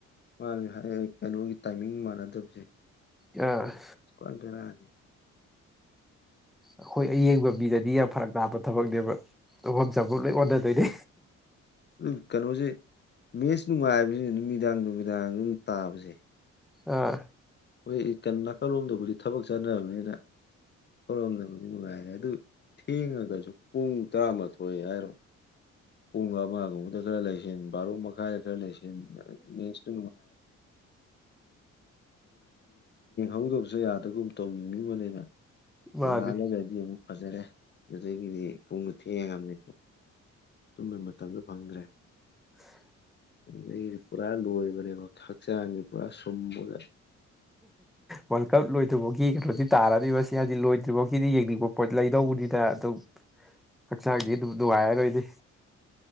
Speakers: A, on the left (about 35°); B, in the centre.
A: ꯃꯥꯅꯤ ꯍꯥꯏꯔ ꯀꯩꯅꯣꯒꯤ ꯇꯥꯏꯃꯤꯡ ꯃꯥꯟꯅꯗꯕꯁꯦ
B: ꯑ
A: ꯀꯣꯟ ꯔꯅꯤ
B: ꯑꯩꯈꯣꯏ ꯑꯌꯦꯡꯕ ꯃꯤꯗꯗꯤ ꯌꯥꯝ ꯐꯔꯛ ꯅꯥꯞꯄ ꯊꯕꯛꯅꯦꯕ ꯍ ꯆꯕꯨ ꯂꯩ ꯃꯗ ꯇꯅꯦ
A: ꯑꯗꯨ ꯀꯩꯅꯣꯁꯦ ꯃꯦꯠꯁ ꯅꯨꯡꯉꯥꯏꯕꯕꯁꯤꯅ ꯅꯨꯃꯤꯗꯥꯡ ꯅꯨꯃꯤꯗꯥꯡ ꯑꯗꯨꯝ ꯇꯥꯕꯁꯦ
B: ꯑꯥ
A: ꯍꯣꯏ ꯅꯥꯀꯜꯂꯣꯝꯗꯕꯨꯗꯤ ꯊꯕꯛ ꯆꯠꯅꯔꯕꯅꯤꯅ ꯊꯧꯔꯝꯗꯕꯒꯤ ꯅꯨꯡꯉꯥꯏꯔꯦ ꯑꯗꯨ ꯊꯦꯡꯉꯒꯁꯨ ꯄꯨꯡ ꯇꯔꯥꯃꯥꯊꯣꯏ ꯍꯥꯏꯔꯣ ꯄꯨꯡ ꯑꯃꯒꯨꯝꯕꯗ ꯈꯔ ꯂꯩꯁꯟ ꯕꯥꯔꯣ ꯃꯈꯥꯏꯗ ꯈꯔ ꯂꯩꯁ ꯁ ꯪꯍꯧꯗꯕꯁꯨ ꯌꯥꯗꯒꯨꯝ ꯇꯧ ꯌꯦꯅꯤꯡꯕꯅꯤꯅ
B: ꯃꯥꯅꯤ
A: ꯅꯣꯡꯉꯥꯜꯂꯒꯗꯤ ꯑꯃꯨꯛ ꯐꯖꯔꯦ ꯑꯗꯨꯗꯒꯤꯗꯤ ꯄꯨꯡꯗ ꯊꯦꯡꯉꯉꯝꯅꯤ ꯇꯨꯝꯕ ꯃꯇꯝꯗ ꯐꯪꯗ꯭ꯔꯦ
B: ꯎ
A: ꯁ ꯄꯨꯔꯥ ꯂꯣꯏꯕꯅꯦꯕ ꯍꯛꯆꯥꯡꯁ ꯄꯨꯔꯥ ꯁꯨꯝꯃꯒ
B: ꯋꯥꯔꯜ ꯀꯞ ꯂꯣꯏꯗ꯭ꯔꯤꯐꯥꯎꯒꯤ ꯀꯩꯅꯣꯗꯤ ꯇꯥꯔꯣꯏꯕ ꯁꯤ ꯍꯧꯖꯤ ꯂꯣꯏꯗ꯭ꯔꯤꯐꯥꯎꯒꯤꯗꯤ ꯌꯦꯡꯅꯤꯡꯕ ꯄꯣꯠ ꯂꯩ ꯀꯩꯗꯧꯕꯅꯤꯗ ꯑꯗꯨꯝ ꯍꯛꯆꯥꯡꯒꯤ ꯑꯗꯨꯝ ꯅꯨꯡꯉꯥꯏꯔꯔꯣꯏꯗꯤ